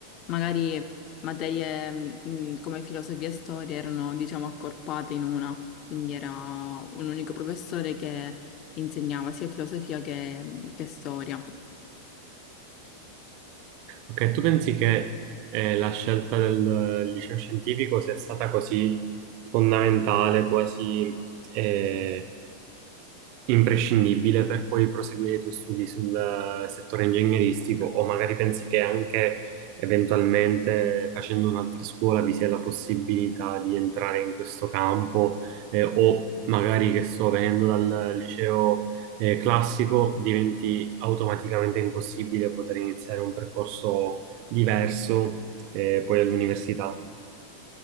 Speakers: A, on the left; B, on the right.
A: Magari materie mh, come filosofia e storia erano, diciamo, accorpate in una, quindi era un unico professore che insegnava sia filosofia che che storia.
B: Ok, tu pensi che eh, la scelta del liceo scientifico sia stata così fondamentale, quasi eh, imprescindibile per poi proseguire i tuoi studi sul eh, settore ingegneristico o magari pensi che anche eventualmente facendo un'altra scuola vi sia la possibilità di entrare in questo campo eh, o magari che sto venendo dal liceo eh, classico diventi automaticamente impossibile poter iniziare un percorso diverso eh, poi all'università.